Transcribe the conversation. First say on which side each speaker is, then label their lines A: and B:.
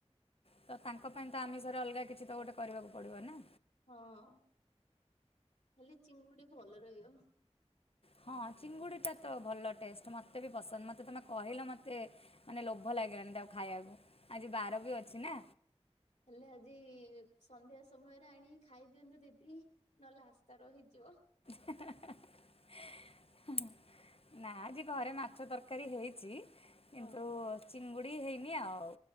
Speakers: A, on the left; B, on the left.
A: ତ ତାଙ୍କ ପାଇଁ ତ ଆମିଷରେ ଅଲଗା କିଛି ତ ଗୋଟେ କରିବାକୁ ପଡ଼ିବ ନା।
B: ହଁ ହେଲି ଚିଙ୍ଗୁଡି ଭଲ ରହିବ।
A: ହଁ ଚିଙ୍ଗୁଡ଼ିଟା ତ ଭଲ ଟେଷ୍ଟ ମୋତେ ବି ପସନ୍ଦ ମତେ ତୁମେ କହିଲ ମତେ ମାନେ ଲୋଭ ଲାଗିଲାଣି ତାକୁ ଖାଇବାକୁ ଆଜି ବାର ବି ଅଛିନା।
B: ତାହେଲେ ଆଜି ସନ୍ଧ୍ୟା ସମୟରେ ଆଣି ଖାଇଦିଅନ୍ତୁ ଦିଦି। ନହେଲେ ଆଶା ରହିଯିବ।
A: ହେଁ ହେଁ ହେଁ ହେଁ। ନା ଆଜି ଘରେ ମାଛ ତରକାରୀ ହେଇଚି
B: ହଁ।
A: କିନ୍ତୁ ଚିଙ୍ଗୁଡ଼ି ହେଇନି ଆଉ